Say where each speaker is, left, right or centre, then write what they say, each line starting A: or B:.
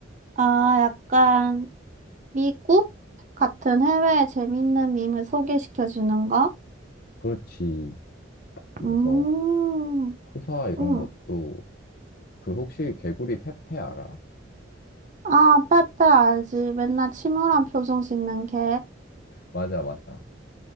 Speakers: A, on the right (about 40°); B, on the left (about 55°).
A: 아, 약간 미국 같은 해외에 재밌는 밈을 소개시켜 주는 거?
B: 그렇지. 그래서
A: 음,
B: 프사 이런
A: 음.
B: 것도 그 혹시 개구리 페페 알아?
A: 아, 빼빼 알지. 맨날 침울한 표정 짓는 걔.
B: 맞아, 맞아.